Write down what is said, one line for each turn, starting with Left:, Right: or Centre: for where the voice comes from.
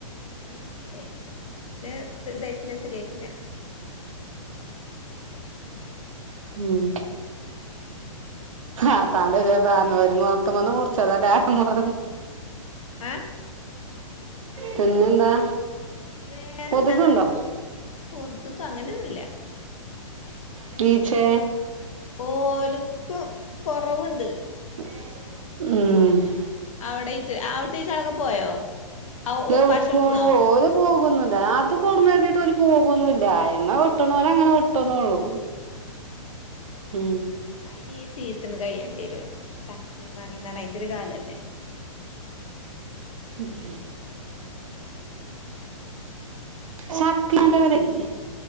Left: ഇല്ലെ പിന്നെ ഇതായിട്ടില്ല ശരിയായി ഇല്ല
Right: ഉം ആപ്പാണ്ട് പാനൂര് മൂത്ത്മ്മ വന്ന് മുറിച്ചതല്ല മുറ
Left: ആ
Right: പിന്നെന്താ
Left: വേറെന്താ
Right: കൊതുകുണ്ടോ
Left: അങ്ങനെ പോണ് കൊതുക് അങ്ങനെയൊന്നുല്ല
Right: ടീച്ചേ
Left: ഓല്ക്ക് കൊറവുണ്ട്
Right: മ്
Left: അവിടെ അവുടുത്തെചാകളൊക്കെ പോയോ ഔ
Right: എവിടേക്ക്
Left: പശ
Right: പോകാൻ
Left: വിടുന്നോ
Right: ഓൾ പോകുവെന്നുവില്ല അത് <unintelligible> പോകുവോന്നുവില്ല അയിമ്മൽ ഒട്ടുന്നോൽ അങ്ങനെ ഒട്ടു ന്നേ ഉള്ളു
Left: ആ
Right: മ്
Left: അയിനി ഈ സീസൺ കഴിയേണ്ടി വരും ചക്കേം മങ്ങേമ്ന്ന് പറഞ്ഞ അയിന്റെ ഒരു കാലമല്ലേ
Right: ഉമ് ചക്കന്റെ വിലയെ